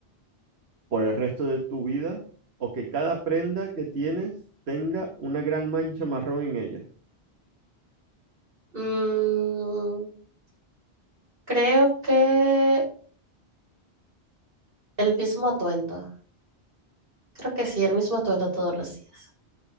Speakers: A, on the right; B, on the right.
A: por el resto de tu vida o que cada prenda que tienes tenga una gran mancha marrón en ella?
B: Mm, creo que el mismo atuendo. Creo que sí, el mismo atuendo todos los días.